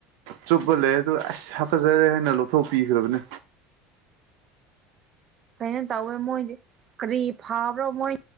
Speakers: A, on the right; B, on the right.
A: ꯆꯨꯞꯄꯜ ꯂꯩ ꯑꯗꯨ ꯑꯁ ꯍꯥꯀꯠꯆꯔꯦ ꯍꯥꯏꯅ ꯂꯧꯊꯣꯛꯄꯤꯈ꯭ꯔꯕꯅꯦ
B: ꯀꯩꯅꯣ ꯇꯧꯋꯦ ꯃꯣꯏꯗꯤ ꯀ꯭ꯔꯤ ꯐꯥꯕ꯭ꯔꯣ ꯃꯣꯏ